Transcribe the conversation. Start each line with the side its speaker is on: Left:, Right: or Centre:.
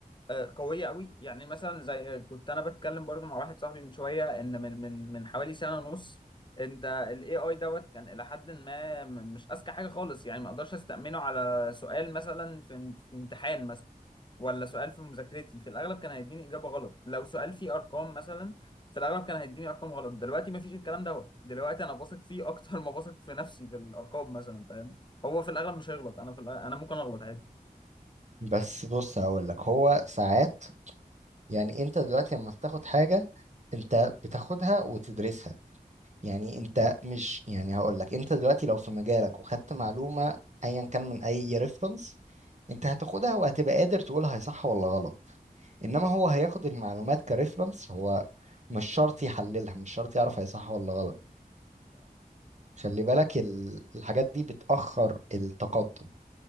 Left: آه، قوية قوي يعني مثلا زي آه، كنت انا بتكلم برضو مع واحد صاحبي من شوية ان من من من حوالي سنة ونص انت الاي اي دوت كان الى حد ما م- مش اذكى حاجة خالص يعني ما اقدرش استأمنه على سؤال مثلا في في امتحان مثلا ولا سؤال في مذاكرتي في الاغلب كان هيديني اجابة غلط لو سؤال فيه ارقام مثلا في الاغلب كان هيديني ارقام غلط دلوقتي ما فيش الكلام دوت دلوقتي انا بثق فيه اكتر ما بثق في نفسي في الارقام مثلا فاهم هو في الاغلب مش هيغلط انا في الأغلب انا ممكن اغلط عادي
Right: بس بص هقول لك هو ساعات يعني انت دلوقتي لما بتاخد حاجة انت بتاخدها وتدرسها يعني انت مش يعني هقول لك انت دلوقتي لو في مجالك وخدت معلومة ايا كان من اي ريفرنس انت هتاخدها وهتبقى قادر تقول هي صح ولا غلط انما هو هياخد المعلومات كريفرنس هو مش شرط يحللها مش شرط يعرف هي صح ولا غلط خلي بالك ال- الحاجات دي بتأخر التقدم